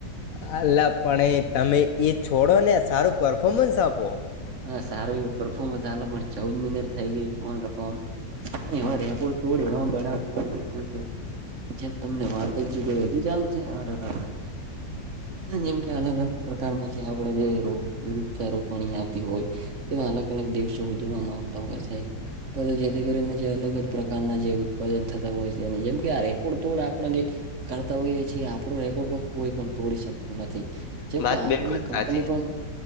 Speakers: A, on the left; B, on the right.
A: હલા પણ તમે એ છોડો ને સારું પરફોર્મન્સ આપો.
B: હા સારું એવ પરફોર્મન્સ ચ પણ ચૌદ મિનિટ થઈ ગય ફન કપન વા રેપડ તોડ બનાવતા જેમ તમને વાત હજુ ચાલશે હ જેમ કે અલગ અલગ પ્રકારમાં જે આપડે જે રો વચારોપણી આવતી હોય. તેવા અલગ અલગ દિવસો ઉજવવામાં આવતા હોય છે. જેથી કરીને જે અલગ જ પ્રકારના જે ઉત્પાદન થતા હોય છે જેમ કે આ રેકોડ તોડ આપણે જે કરતા હોઈએ છ છેએ આપણો રેકોર્ડ પણ કોઈ પણ તોડી શકતું નથી. જેમ
A: વાત
B: કે આપણને
A: બિલકુલ
B: કંપની
A: સાચી
B: પણ